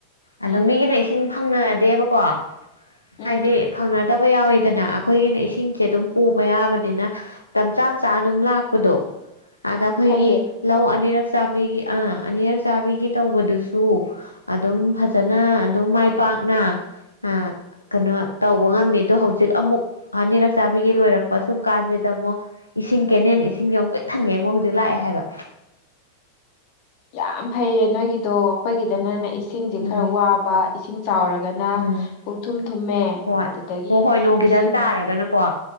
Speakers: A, on the left; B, on the left.
A: ꯎꯝ
B: ꯑꯗꯨꯝ ꯃꯤꯒꯤꯅ ꯏꯁꯤꯡ ꯐꯪꯅꯗꯦꯕꯀꯣ
A: ꯎꯝ
B: ꯍꯥꯏꯗꯤ ꯐꯪꯅ ꯗꯕ ꯌꯥꯎꯋꯤꯗꯅ ꯑꯩꯈꯣꯏꯒꯤꯅ ꯏꯁꯤꯡꯁꯦ ꯑꯗꯨꯝ ꯄꯨꯕ ꯌꯥꯕꯅꯤꯅ ꯃꯇꯝ ꯆꯥ ꯆꯥ ꯑꯗꯨꯝ ꯂꯥꯛꯄꯗꯣ ꯑꯗ ꯈꯣꯏꯒꯤ
A: ꯐꯩꯌꯦ
B: ꯂꯧ ꯑꯅꯤꯔꯛ ꯆꯥꯕꯤꯒꯤ ꯑꯥ ꯑꯅꯤꯔꯛ ꯆꯥꯕꯤꯒꯤ ꯇꯧꯕꯗꯨꯁꯨ ꯑꯗꯨꯝ ꯐꯖꯅ ꯑꯗꯨꯝ ꯃꯥꯏ ꯄꯥꯛꯅ ꯑꯥ ꯀꯅꯣ ꯇꯧꯕ ꯉꯝꯃꯤ ꯑꯗꯣ ꯍꯧꯖꯤꯛ ꯑꯃꯨꯛ ꯑꯅꯤꯔꯛ ꯆꯥꯕꯤꯒꯤ ꯂꯣꯏꯔꯛꯄ ꯁꯨꯝ ꯀꯥꯟꯁꯤꯗ ꯑꯃꯨꯛ ꯏꯁꯤꯡ ꯀꯦꯅꯦꯟ ꯏꯁꯤꯡꯖꯦ ꯑꯃꯨꯛ ꯄꯤꯛ ꯊꯟꯒꯩ ꯑꯃꯨꯛ ꯍꯧꯖꯤꯛ ꯂꯥꯛꯑꯦ ꯍꯥꯏꯕ
A: ꯌꯥꯝ ꯐꯩꯌꯦ ꯅꯣꯏꯒꯤꯗꯣ ꯑꯩꯈꯣꯏꯒꯤꯗꯅꯅꯦ ꯏꯁꯤꯡꯁꯦ
B: ꯎꯝ
A: ꯈꯔ ꯋꯥꯕ ꯏꯁꯤꯡ ꯆꯥꯎꯔꯒꯅ
B: ꯎꯝ
A: ꯄꯨꯡꯊꯨꯝ ꯊꯨꯝꯃꯦ
B: ꯍꯣꯏ
A: ꯑꯗꯨꯗꯒꯤ
B: ꯍꯣꯏ ꯍꯣꯏ ꯅꯣꯡ
A: ꯏꯁꯤꯡ
B: ꯈꯤꯇꯪ ꯇꯥꯔꯒꯅꯀꯣ